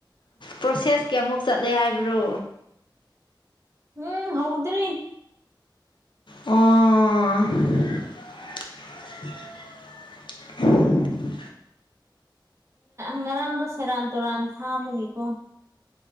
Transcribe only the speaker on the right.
ꯎꯝ ꯍꯥꯎꯗ꯭ꯔꯤ
ꯉꯔꯥꯡꯕ ꯁꯦꯔꯥꯟ ꯇꯨꯔꯥꯟ ꯊꯥꯕꯒꯤꯀꯣ